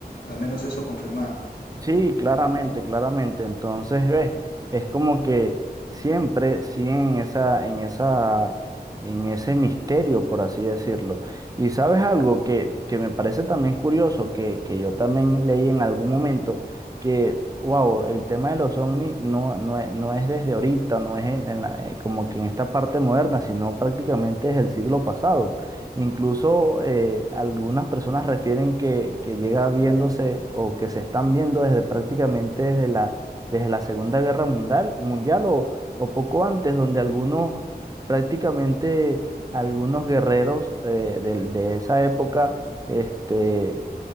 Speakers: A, on the left; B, on the right.
A: Al menos eso confirmaron.
B: Sí, claramente, claramente. Entonces, ves, es como que siempre siguen en esa, en esa, en ese misterio, por así decirlo. Y sabes algo que, que me parece también curioso, que, que yo también leí en algún momento, que, wow, el tema de los ovnis no, no, es, no es desde ahorita, no es en, en la- eh, como que en esta parte moderna, sino prácticamente es el siglo pasado. Incluso eh, algunas personas refieren que, que llega viéndose o que se están viendo desde prácticamente desde la, desde la Segunda Guerra Mundial, mundial o, o poco antes, donde algunos, prácticamente algunos guerreros eh, del- de, esa época este,